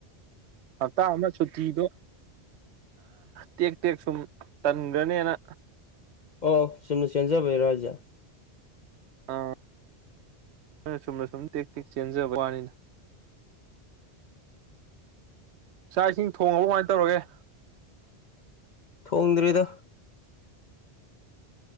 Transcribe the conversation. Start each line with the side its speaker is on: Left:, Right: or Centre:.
Right: ꯍꯞꯇꯥ ꯑꯃ ꯁꯨꯇꯤꯗꯣ ꯇꯦꯛ ꯇꯦꯛ ꯁꯨꯝ ꯇꯟꯈ꯭ꯔꯅꯦꯅ
Left: ꯑꯣ ꯆꯨꯝꯅ ꯆꯦꯟꯖꯕꯩꯔꯣꯖꯦ
Right: ꯑ ꯅꯣꯏꯅ ꯁꯨꯝꯅ ꯁꯨꯝ ꯇꯦꯛ ꯇꯦꯛ ꯆꯦꯟꯖꯕ ꯋꯥꯅꯤꯅ ꯆꯥꯛ ꯏꯁꯤꯡ ꯊꯣꯡꯉꯒ ꯀꯃꯥꯏꯅ ꯇꯧꯔꯒꯦ
Left: ꯊꯣꯡꯗ꯭ꯔꯤꯗ